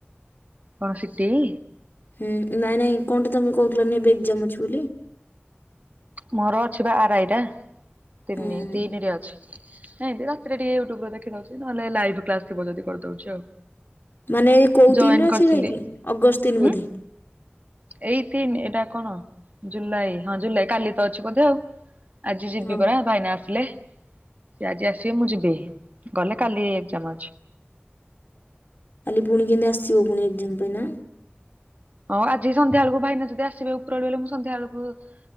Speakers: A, on the right; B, on the left.
A: କଣ ସିଟିି?
B: ହୁଁ ନାଇଁ ନାଇଁ କଣଟେ ତମେ କହୁଥିଲ ନି ଏବେ ଏକ୍ଜାମ୍ ଅଛି ବୋଲି?
A: ମୋର ଅଛି ବା ଆର୍ ଆଇ ଟା ତିନି
B: ହୁଁ।
A: ତିନିରେ ଅଛି ଏଇଁତି ର ଟିକେ ୟୁଟୁବରେ ଦେଖୀ ଦଉଚି ନହେଲେ ଲାଇଭ୍ କ୍ଲାସ୍ ଥିବ ଯଦି କରିଦଉଚି ଆଉ।
B: ମାନେ ଏ କୋଉ
A: ଜଏନ୍
B: ତିିନ୍ ରେ ଅଛି
A: କରିଥିଲି
B: ଯାଇକି ଅଗଷ୍ଟ ତିିନ୍
A: ଉଁ
B: ବୋଧେ?
A: ଏଇ ତିନି ଏଇଟା କଣ ଜୁଲାଇ ହଁ ଜୁଲାଇ କାଲି ତ ଅଛି ବୋଧେ ଆଉ। ଆଜି ଯିବି
B: ହଁ
A: ପରା ଭାଇନା ଆସିଲେ। ସିଏ ଆଜି ଆସିବେ ମୁଁ ଯିବି, ଗଲେ କାଲି ଏକ୍ଜାମ୍ ଅଛି।
B: କାଲି ପୁଣି କେମିତି ଆସିବ ପୁଣି ଏକ୍ଜମ୍ ପାଇଁ ନା।
A: ହଁ ଆଜି ସନ୍ଧ୍ୟାବେଳକୁ ଭାଇନା ଯଦି ଆସିବେ ଉପରଳିଲେ ମୁଁ ସନ୍ଧ୍ୟାବେଳକୁ